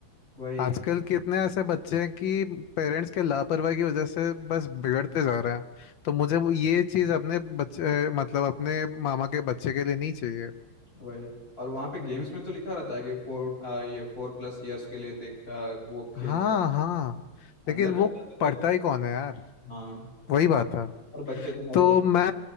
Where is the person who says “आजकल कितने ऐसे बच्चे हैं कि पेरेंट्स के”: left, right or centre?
Left